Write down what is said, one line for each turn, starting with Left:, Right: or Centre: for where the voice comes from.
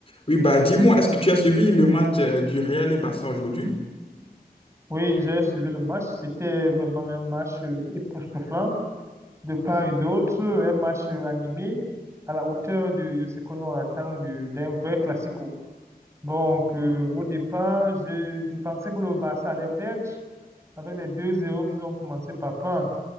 Left: Oui, bah dis-moi, est-ce que tu as suivi le match euh, du Real et Barça aujourd'hui?
Right: Oui, j'ai suivi le match. C'était vraiment un match euh, époustouflant de part et d'autre, un match euh, animé à la hauteur de ce que l'on attend du- d'un vrai classico. Donc, euh, au départ, je, je pensais que le Barça allait perdre avec les deux 0 qu'ils ont commencé par prendre.